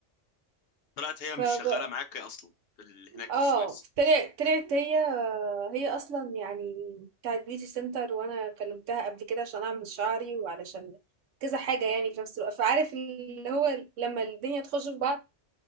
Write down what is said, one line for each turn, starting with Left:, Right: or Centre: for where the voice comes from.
Left: طلعت هي مش
Right: يعني
Left: شغاله معاك اصلا في ال... هناك
Right: اه
Left: في السويس
Right: طلعت طلعت هي هي اصلا يعني بتاعت بيوتي سنتر وانا كلمتها قبل كده عشان اعمل شعري وعلشان كذا حاجه يعني في نفس الوقت فعارف اللي هو لما الدنيا تخش في بعض